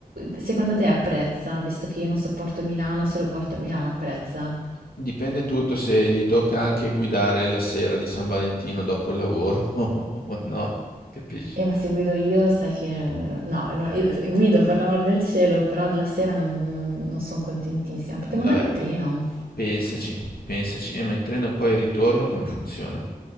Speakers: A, on the right; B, on the left.
A: secondo te apprezza, visto che io non sopporto Milano, se lo porto a Milano apprezza?
B: Dipende tutto se gli tocca anche guidare la sera di San Valentino dopo il lavoro <laughs> o no, capisci?
A: Eh, ma se guido io, sai che... No, no, io guido per l'amor del cielo, però la sera non, non, non sono contentissima. Potremmo
B: Vabbè,
A: andare in treno?
B: pensaci, pensaci. Eh, ma il treno poi al ritorno come funziona?